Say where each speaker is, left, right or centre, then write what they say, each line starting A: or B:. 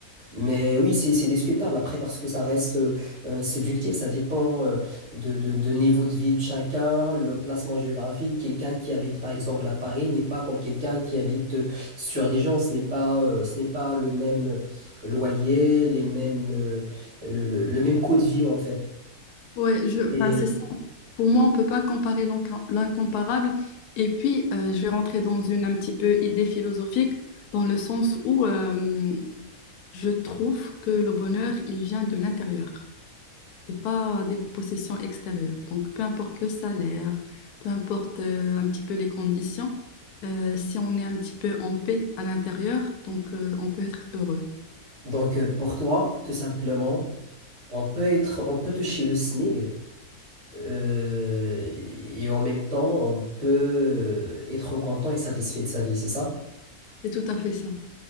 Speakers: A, on the right; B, on the left.
A: Mais oui, c'est c'est discutable après parce que ça reste euh, euh, subjectif, ça dépend euh, de, de, de niveau de vie de chacun, l'emplacement géographique. Quelqu'un qui habite par exemple à Paris n'est pas comme quelqu'un qui habite euh, sur des gens, ce n'est pas, euh, ce n'est pas le même loyer, les mêmes, euh, le, le, le même coût de vie en fait.
B: Ouais, je,
A: Et
B: enfin, c'est Pour moi, on ne peut pas comparer l'inca- l'incomparable. Et puis, euh, je vais rentrer dans une un petit peu idée philosophique, dans le sens où euh, je trouve que le bonheur, il vient de l'intérieur et pas des possessions extérieures. Donc, peu importe le salaire, peu importe euh, un petit peu les conditions, euh, si on est un petit peu en paix à l'intérieur, donc euh, on peut être heureux.
A: donc euh, pour toi, tout simplement, on peut être, on peut toucher le SMIG euh, et en même temps, on peut être content et satisfait de sa vie, c'est ça?
B: C'est tout à fait ça.